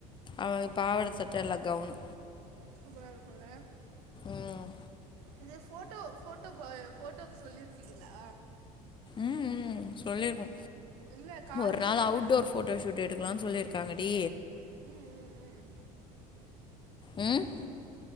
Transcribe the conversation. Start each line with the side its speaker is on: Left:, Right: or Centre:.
Left: அவளுக்கு பாவட சட்ட இல்ல கவுனு
Right: சூப்பரா இருக்குல்ல
Left: ம்
Right: இது ஃபோட் டோ ஃபோட்டோ ப ஃபோட்டோக்கு சொல்லிருக்கீங்களா
Left: ம் ம் சொல்லிருக்கோ
Right: இல்லை கால்லையும்
Left: ஒரு நாள்
Right: கேட்குறேன்
Left: அவுட்டோர் ஃபோட்டோ ஷூட் எடுக் கலானு சொல்லிருக்காங்கடி
Right: ம் ம் ம்
Left: ம்